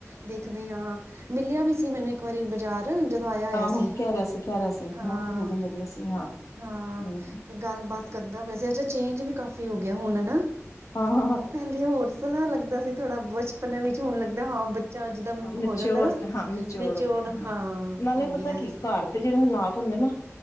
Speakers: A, on the right; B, on the left.
A: ਦੇਖਦੇ ਹਾਂ। ਮਿਲਿਆ ਵੀ ਸੀ ਮੈਨੂੰ ਇੱਕ ਵਾਰੀ ਬਾਜ਼ਾਰ ਦਿਨ ਜਦੋਂ ਆਇਆ। ਹੋਇਆ
B: ਆਹੋ
A: ਸੀ
B: ਕਹਿ ਰਿਹਾ ਸੀ ਕਹਿ ਰਿਹਾ ਸੀ। ਉਹਨਾਂ
A: ਹਾਂ
B: ਦੀਦੀ ਮਿਲੇ ਸੀ। ਹਾਂ
A: ਹਾਂ
B: ਹੂੰ
A: ਤੇ ਗੱਲ ਬਾਤ ਕਰਦਾ ਪਿਆ ਸੀ। ਅਛਾ ਚੇਂਜ ਵੀ ਕਾਫੀ ਹੋ ਗਿਆ ਹੁਣ ਨਾ?
B: <unintelligible>
A: ਏ ਹੋਰ ਸਲਾ ਲੱਗਦਾ ਸੀ ਥੋੜਾ ਬਚਪਨੇ ਵਿੱਚ, ਹੁਣ ਲੱਗਦਾ ਹਾਂ ਬੱਚਾ ਜਿਦਾਂ
B: ਹਾਂ ਮਿਚਓਰ
A: ਹੋ ਜਾਂਦਾ ਨਾ
B: ਹਾਂ ਮਿਚਓਰ
A: ਮੇਚਿਓਰ,
B: ਹੋ ਗਿਆ
A: ਹਾਂ
B: ਨਾਲੇ
A: ਹੋ ਗਿਆ
B: ਪਤਾ ਕੀ
A: ਐ।
B: ਘਰ ਦੇ ਜਿਹੜੇ ਹਾਲਾਤ ਹੁੰਦੇ ਨਾ